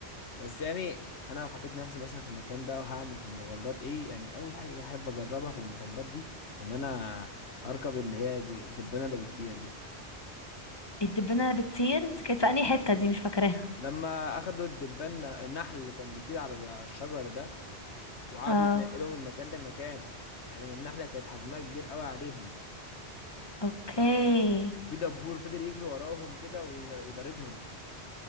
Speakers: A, on the left; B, on the left.
A: بس يعني انا لو حطيت نفسي مثلا في المكان ده وهعمل في المغامرات ايه يعني اول حاجه احب اجربها في المغامرات دي ان انا اركب اللي هي الدبانه اللي بتطير دي
B: الدبانة اللي بتطير دي كانت في انهي حتة دي مش فاكراها
A: لما اخدوا الدبان النحل اللي كان بيطير على ال- على الشجر ده وقعدوا
B: اه
A: يتنقلوا من مكان لمكان لان النحله كانت حجمها كبير قوي عليهم
B: اوكي
A: وفي دبور فضل يجري وراهم كده ويطاردهم